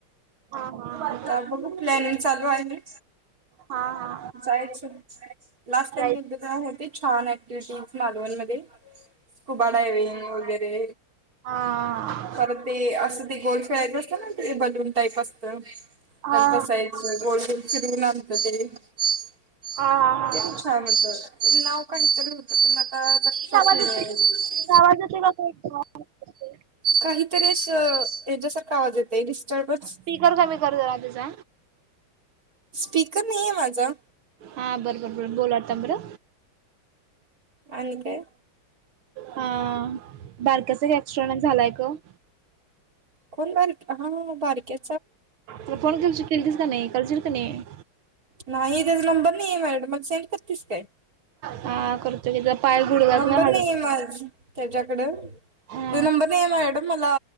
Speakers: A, on the right; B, on the right.
A: हा हा
B: आता बघू प्लॅनिंग चालू आहे.
A: हा हा,
B: जायचं लास्ट टाइम
A: राईट
B: एकदा का होते. छान ऍक्टिव्हटीज मालवण मध्ये स्कूबा डायव्हिंग वगैरे,
A: हा हा हा,
B: परत ते असं ते गोल खेळायचं असत ना ते बलून टाईप असतं
A: हा
B: त्यात
A: हा
B: बसाय. गोल्डन फिरवून आणतं ते, ते
A: हा हा
B: पण छान हुतं नाव काहीतर हुतं ते आता लक्षात
A: आवाज
B: नाहीये.
A: आवाज येतोय का काय?
B: काहीतरी अस हेज्यासारखं आवाज येतय डिस्टर्बच.
A: स्पीकर कमी कर जरा तुझा
B: स्पीकर नायिये माझा.
A: हा बरबर बर बोला आता बर,
B: आणि काय?
A: हा बारकंस <unintelligible> झालाय का ग.
B: कोण बारक? हा हा बारक्या.
A: तु फोन केलतीस क नई? करशील का नई.
B: नाही त्याच नंबर नई माझ्याकडं म सेंड. करतीस काय?
A: हा करतो की त्याचा पाय गुडघ्यातन
B: नंबर
A: हाड
B: नाहीये माझ त्याजाकड,
A: हा
B: नंबर नायिये माज्याकडं मला